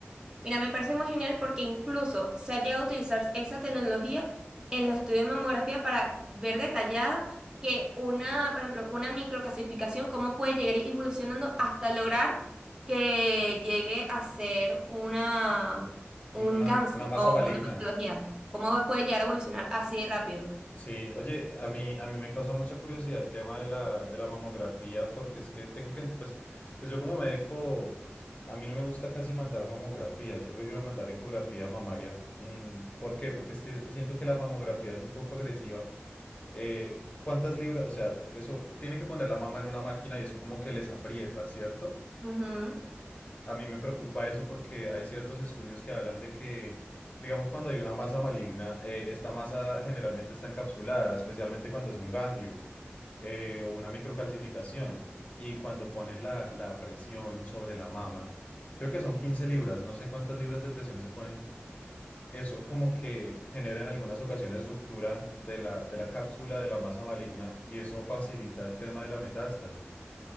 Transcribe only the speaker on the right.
Mira, me parece muy genial porque incluso se ha llegado a utilizar esa tecnología en los estudios de mamografía para ver detallada que una, por ejemplo, una microclasificación, cómo puede llegar evolucionando hasta lograr que llegue a ser una, un
cáncer
o
una patología. Cómo puede llegar a evolucionar así de rápido.
Ujú.